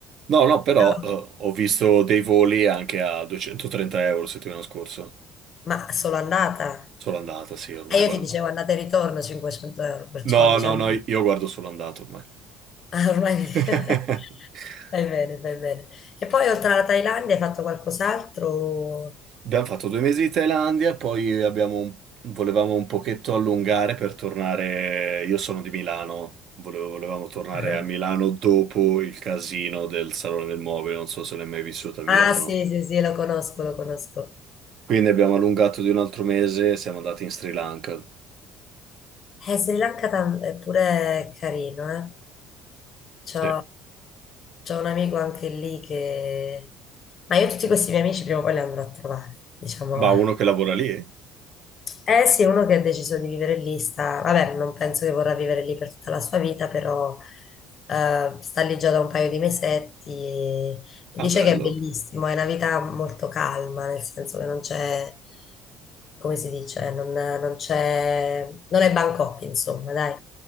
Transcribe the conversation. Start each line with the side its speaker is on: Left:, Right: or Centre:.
Right: No, no, però
Left: Però-
Right: eh, ho visto dei voli anche a 230 euro settimana scorsa.
Left: ma solo andata?
Right: Sono andata, sì, ormai
Left: E io
Right: guarda,
Left: ti dicevo andata e ritorno 500 euro, perciò
Right: No,
Left: diciamo
Right: no, no,
Left: che
Right: io guardo solo andato ormai.
Left: ah, ormai <laughs>
Right: <laughs>
Left: fai bene, fai bene. E poi oltre alla Thailandia hai fatto qualcos'altro?
Right: Abbiamo fatto due mesi di Thailandia, poi abbiamo un- volevamo un pochetto allungare per tornare. Io sono di Milano, volevo- volevamo tornare
Left: Ah.
Right: a Milano dopo il casino del Salone del Mobile. Non so se l'hai mai vissuto a Milano.
Left: Ah, sì, sì, sì, lo conosco, lo conosco.
Right: Quindi abbiamo allungato di un altro mese e siamo andati in Sri Lanka.
Left: Eh, Sri Lanka tam- è pure carino, eh. C'ho,
Right: Sì.
Left: c'ho un amico anche lì che... Ma io tutti questi miei amici prima o poi li andrò a trovare, diciamo.
Right: Ma uno che lavora lì?
Left: Eh sì, uno che ha deciso di vivere lì sta, vabbè, non penso che vorrà vivere lì per tutta la sua vita, però eh, sta lì già da un paio di mesetti e, e
Right: Ah,
Left: dice
Right: bello.
Left: che è bellissimo, è una vita molto calma, nel senso che non c'è, come si dice, non, non c'è, non è Bangkok, insomma, dai.